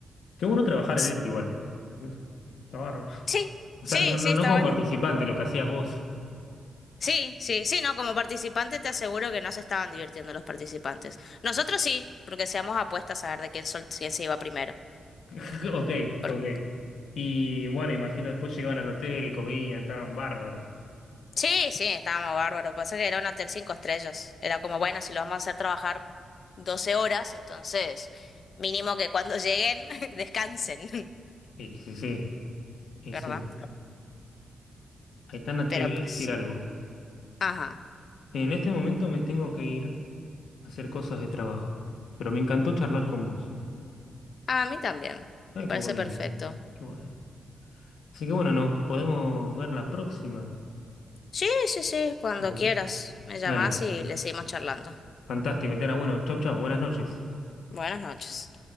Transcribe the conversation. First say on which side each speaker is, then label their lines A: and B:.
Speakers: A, on the left; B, on the left.
A: Qué bueno trabajar
B: es-
A: en eso igual. Está bárbaro.
B: sí,
A: O sea,
B: sí,
A: no, no,
B: sí, está
A: no como
B: bueno.
A: participante, lo que hacías vos.
B: Sí, sí, sí, no, como participante te aseguro que no se estaban divirtiendo los participantes. Nosotros sí, porque hacíamos apuestas a ver de quién, sol- quién se iba primero.
A: <laughs> Ok,
B: Por-
A: ok. Y bueno, imagino después llegaban al hotel, comían, estaban bárbaros.
B: Sí, sí, estábamos bárbaros. Pasa que era un hotel cinco estrellas. Era como, bueno, si lo vamos a hacer trabajar 12 horas, entonces mínimo que cuando lleguen <laughs> descansen,
A: Y sí, sí, y
B: <laughs> ¿verdad?
A: sí. Aitana,
B: Pero
A: te voy
B: pues,
A: a decir algo.
B: ajá.
A: En este momento me tengo que ir a hacer cosas de trabajo, pero me encantó charlar con vos.
B: A mí también,
A: Ay,
B: me parece
A: qué bueno,
B: perfecto.
A: qué bueno. Así que bueno, nos podemos ver la próxima.
B: Sí, sí, sí, cuando
A: ¿te acordás?
B: quieras, me llamás
A: Dale,
B: y le seguimos charlando.
A: fantástico, Aitana. Bueno, chau, chau, buenas noches.
B: Buenas noches.